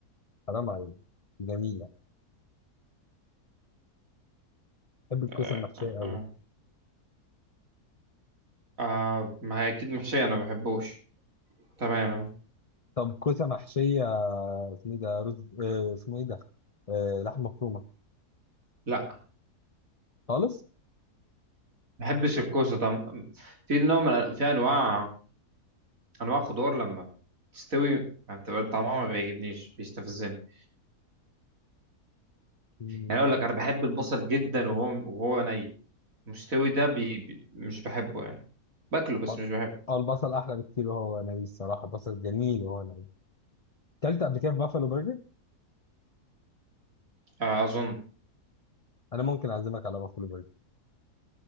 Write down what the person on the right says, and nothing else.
آه
آه
آه. آه، ما هي أكيد محشية أنا ما بحبوش تماما
لا
ما بحبش الكوسة طعم في نوع من في أنواع أنواع خضار لما تستوي ما بتبقى طعمها ما بيعجبنيش بيستفزني
يعني أقول لك أنا بحب البصل جدا وهو وهو ني مستوي ده بي... بي... مش بحبه يعني باكله بس
مش بحبه
آه أظن